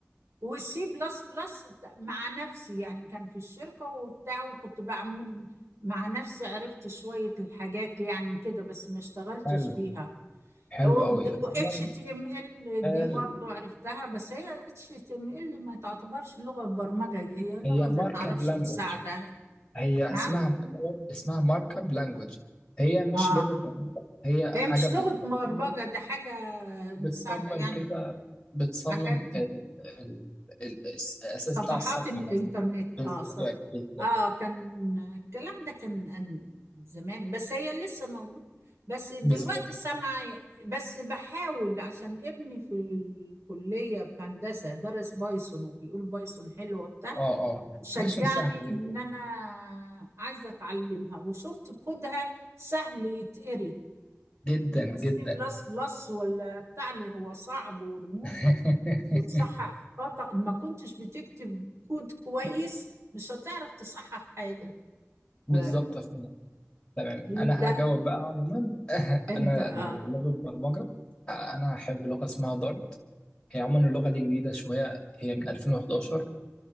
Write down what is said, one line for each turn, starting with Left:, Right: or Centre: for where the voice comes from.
Right: والسي بلس بلس مع نفسي يعني كان في الشركة وبتاع وكنت بعمل مع نفسي عرفت شوية الحاجات يعني كده بس ما اشتغلتش
Left: حلو
Right: بيها
Left: حلو
Right: و
Left: قوي عموما
Right: اتش تي ام ال دي
Left: ال-
Right: برضو عرفتها بس هي اتش تي ام ال ما تعتبرش لغة برمجة هي لغة
Left: هي
Right: زي
Left: ماركب
Right: ما اعرفش
Left: لانجوج
Right: مساعدة
Left: هي
Right: نعم
Left: اسمها اللغة اسمها ماركب لانجوج هي مش
Right: اه
Left: لغة برمجة هي
Right: هي
Left: حاجة
Right: مش
Left: بتصمم
Right: لغة برمجة
Left: لك
Right: دي حاجة
Left: بتصمم
Right: مساعدة يعني
Left: كده بتصمم
Right: حاجات
Left: ال ال ال الأساس
Right: صفحات
Left: بتاع الصفحة
Right: الانترنت
Left: بس
Right: اه
Left: بز-
Right: صف
Left: بالظبط
Right: اه كان الكلام ده كان أن- زمان بس هي لسه موجود بس دلوقتي
Left: بالظبط
Right: السمع بس بحاول عشان ابني في الكلية في هندسة درس بايثون وبيقول بايثون حلوة بتاع
Left: اه اه
Right: شجعني
Left: ميشن سهل جدا
Right: ان انا عايزة اتعلمها وشفت كودها سهل يتقري
Left: جدا
Right: بس
Left: جدا
Right: سي بلس بلس ولا بتاع اللي هو صعب ورموز
Left: <laughs>
Right: وتصحح خطأ إن ما كنتش بتكتب كود كويس مش هتعرف تصحح حاجة
Left: بالظبط
Right: ف...
Left: يا فندم تمام
Right: لا
Left: انا هجاوب بقى عموما <laughs>
Right: انت
Left: انا
Right: اه
Left: لو لغه برمجه آه، انا هحب لغه اسمها دارت هي عموما اللغه دي جديده شويه هي من 2011